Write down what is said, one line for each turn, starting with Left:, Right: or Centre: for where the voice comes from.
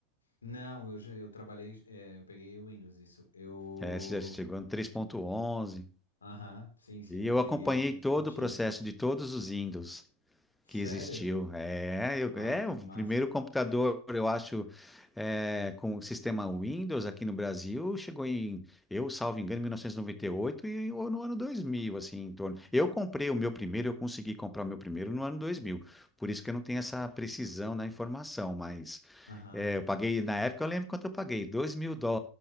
Left: Não, eu já, eu trabalhei, é, eu peguei o Windows, isso. Eu,
Centre: É, você já chegou no 3.11.
Left: aham, sim, sim,
Centre: E
Left: eu não
Centre: eu
Left: peguei
Centre: acompanhei todo
Left: os antigos.
Centre: o processo de todos os Windows
Left: Sério?
Centre: que existiu. É, eu-
Left: Ah,
Centre: é
Left: que
Centre: o
Left: massa.
Centre: primeiro computador, eu acho, é, com o sistema Windows aqui no Brasil, chegou em, eu salvo engano, em 1998 e noventa e oito e ou no ano 2000, assim, em torno. Eu comprei o meu primeiro, eu consegui comprar o meu primeiro no ano 2000. Por isso que eu não tenho essa precisão na informação, mas
Left: Aham.
Centre: é, eu paguei, na época eu lembro quanto eu paguei, 2 mil dólares.